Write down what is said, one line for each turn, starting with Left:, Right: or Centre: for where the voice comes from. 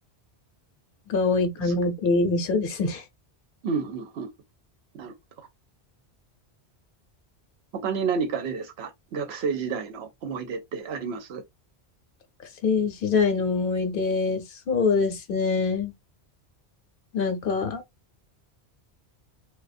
Left: が多いかなっていう印象ですね。
Right: そうですか。うんうんうん、なるほど。他に何かあれですか学生時代の思い出ってあります
Left: 学生時代の思い出、そうですね。なんか、